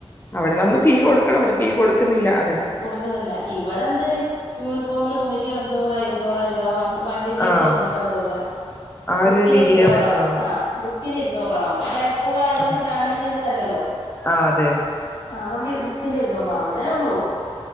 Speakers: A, on the left; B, on the left.
A: അവിടെ നമ്മള് ഫീ. കൊടുക്കണം ഇവിടെ ഫീ കൊടുക്കുന്നില്ല അ
B: കൊടുക്കുന്നില്ല ഇവിടെ എന്തരു യൂണിഫോമില് തുണിക്ക് നൂറോയിരുനൂറോ രൂപ വണ്ടി വണ്ടി ഫീസ്
A: ആഹ്
B: ഇരുന്നൂറ്റമ്പത് രൂപ
A: ആ
B: ബുക്കിന്
A: ഒരു രീതിയിലേ
B: ഇരുനൂറ്
A: വരുന്നുള്ളൂ
B: രൂപ ആ ബു ക്കിന് ഇുന്നൂറ് രൂപ വാങ്ങും പ്ലേസ് സ്കൂളായതൊണ്ട്
A: ആഹ്
B: ഗവൺമെന്റിന്റെതല്ലല്ലോ
A: ആഹ് അതെ
B: ആ അതുകൊണ്ട് ബുക്കിന്റെ ഇരുന്നൂറ് വാങ്ങും അതേ ഒള്ളൂ